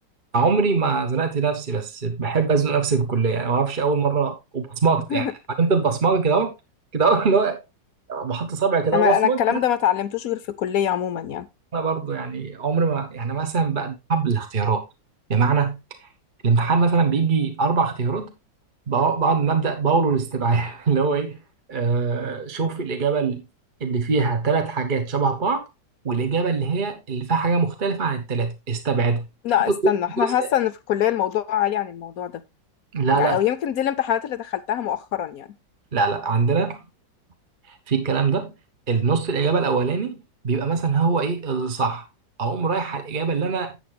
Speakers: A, on the right; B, on the left.
A: عمري ما زنقت نفسي بس بحب ازنق نفسي في الكليه يعني ما اعرفش اول مره وبصمجت
B: <laughs>
A: يعني عملت البصمجه كده اهو كده اهو اللي هو بحط صبعي كده
B: انا
A: وبصمج
B: انا الكلام ده ما اتعلمتوش غير في الكليه عموما يعني
A: انا برضو يعني عمر ما يعني مثلا بتعب بالاختيارات بمعنى الامتحان مثلا بيجي اربع اختيارات بق- بعد ما ابدا بقوله الاستبعاد <laughs> اللي هو ايه آه شوف الاجابه اللي فيها ثلاث حاجات شبه بعض والاجابه اللي هي اللي فيها حاجه مختلفه عن الثلاثه استبعدها
B: لا
A: شوف
B: استنى احنا
A: الجزء
B: حاسه ان في الكليه الموضوع عالي عن الموضوع ده
A: لا
B: يعني
A: لا
B: او يمكن دي الامتحانات اللي دخلتها مؤخرا يعني
A: لا لا عندنا في الكلام ده النص الاجابه الاولاني بيبقى مثلا هو ايه الصح اقوم رايح على الاجابه اللي انا